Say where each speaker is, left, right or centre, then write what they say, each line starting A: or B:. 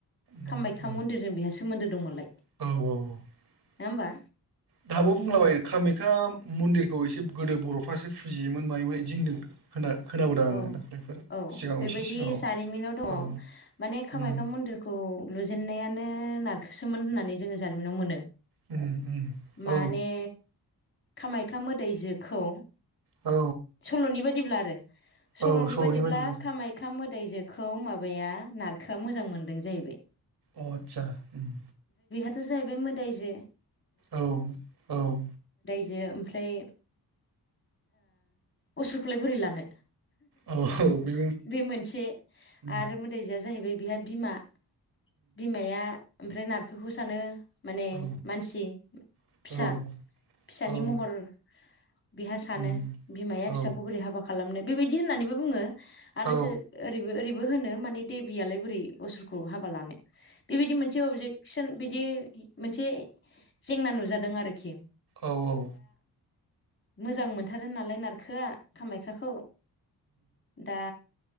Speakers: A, on the right; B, on the left.
A: मा-
B: कामाख्या
A: औ
B: मन्दिरजों बेहा सोमोन्दो दंमोनलाय
A: औ
B: नङा होमबा
A: दाबो बुंलाबायो कामाख्या मन्दिरखौ एसे गोदो बरफ्रासो फुजियोमोन मायोमोन आदि होनदों खोना खोनाबोदों आङो
B: औ
A: दाख्लैफोर
B: औ
A: सिगाङाव
B: बेबायदि
A: एसे सिगाङाव
B: जारिमिनाव दंङ
A: औ
B: माने कामाख्या
A: उम,
B: मन्दिरखौ लुजेनन्नायानो नारखोसोमोन होननानै जोंङो जारिमिनाव मोनो
A: उम, उम,
B: माने।
A: औ
B: कामाख्या मोदायजोखौ
A: औ
B: सल'नि बायदिब्ला सल'नि
A: औ
B: बादिब्ला
A: बायदिबा
B: खामायख्या मो दायजोखौ माबाया नारखोआ मोजां मोनदों जाहैबाय।
A: अ आत्सा ओम
B: थ' जाहैबाय मोदायजो।
A: औ औ
B: बि ओमफ्राय ओ असुरखौलाय बोरै लानो।
A: औ बेबो
B: बे मोनसे
A: औ
B: आरो मोदायजोआ जाहैबाय। बेहा बिमा बिमाया ओमफ्राय नारखोखौ सानो। माने
A: औ
B: मानसि
A: औ
B: फिसा फिसानि
A: औ
B: महर । बेहा सानो
A: उम
B: बिमाया
A: औ
B: फिसाखौ बोरै हाबा खालामनो बेबायदि होननानैबो बुङो । आरो
A: औ
B: ओरैबो ओरैबो होनो माने देबियालाय बोरै असुरखौ हाबा लानो। बेबायदि मोनसे अबजेकसन बिदि मोनसे जेंना नुजादों आरोखि ।
A: औ औ
B: मोजां मोनथारो नालाय नारखोआ कामाख्याखौ दा